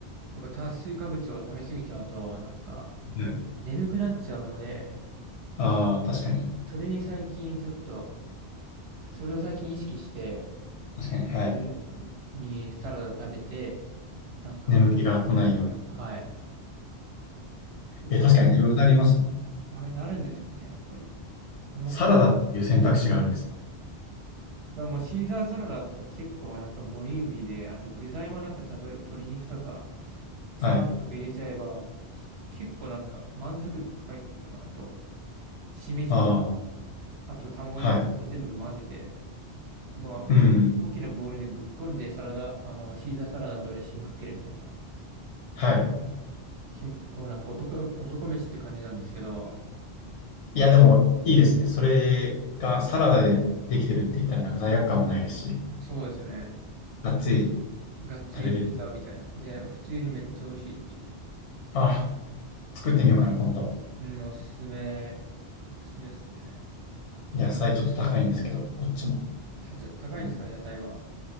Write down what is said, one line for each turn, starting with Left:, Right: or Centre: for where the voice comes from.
Right: とか炭水化物を食べ過ぎちゃうと、なんか、
Left: はい
Right: 眠くなっちゃうので、
Left: ああ、確かに。
Right: それに最近ちょっと、それを最近意識して、
Left: 確かに、はい。
Right: 昼にサラダ食べて、なんか、
Left: 眠気が来ないように。
Right: はい。結構、
Left: え、確かに眠くなりますね。
Right: あれなるんですよね、やっぱり。重く、
Left: サラダっていう選択肢があるんです。
Right: そう、もうシーザーサラダって結構なんかボリューミーで、あと具材もなんか例えば鶏肉とか、サーモンとか入れちゃえば、
Left: はい。
Right: し結構なんか満足度高いっていうか、あと、しめじとか、
Left: ああ、
Right: あと卵焼きを全部混ぜて、
Left: はい。
Right: まあ、
Left: うん、
Right: 大きなボウルにぶっこんでサラダ、あの、シーザーサラダのドレッシングかけるみたいな。
Left: はい。
Right: 結構なんか男、男飯って感じなんですけど、
Left: いや、でも、いいですね。それがサラダでできてるって言ったらなんか罪悪感もないですし、
Right: そうですよね。
Left: がっつり
Right: がっつりピザみたいな。
Left: 食べれる。
Right: で、普通にめっちゃ美味しいっていう。
Left: あ、作ってみようかな、今度。
Right: うん、おすすめ、おすすめですね。
Left: 野菜ちょっと高いんですけど、こっちも。
Right: たつ、高いんですか、
Left: うん
Right: 野菜は。